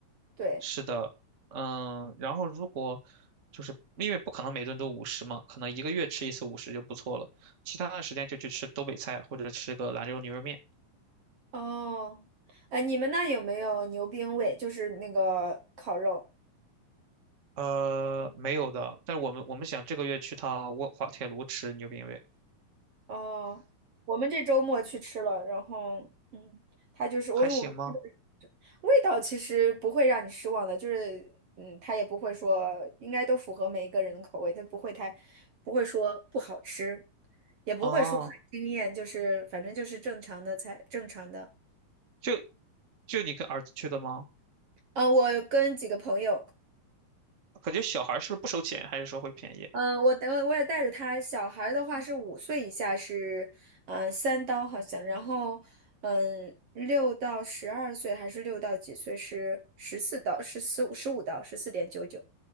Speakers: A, on the right; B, on the right.
A: 对。
B: 是的，嗯，然后如果就是因为不可能每顿都五十嘛，可能一个月吃一次五十就不错了，其他的时间就去吃东北菜或者吃个兰州牛肉面。
A: 哦，哎，你们那有没有牛冰味？就是那个烤肉。
B: 呃，没有的，但是我们我们想这个月去趟沃滑铁卢吃牛鞭味，
A: 哦，我们这周末去吃了，然后嗯，它就是我因为我们吃的
B: 还行吗？
A: 味道其实不会让你失望的，就是嗯，它也不会说应该都符合每一个人的口味，它不会太不会说不好吃，也不会说很惊艳，
B: 哦，
A: 就是反正就是正常的菜，正常的。
B: 就就你跟儿子去的吗？
A: 嗯，我跟几个朋友。
B: 感觉小孩儿是不是不收钱，还是说会便宜？
A: 嗯，我等我也带着他。小孩儿的话是五岁以下是，嗯，三刀好像，然后，嗯，六到十二岁还是六到几岁是十四刀，十四十五刀，十四点九九。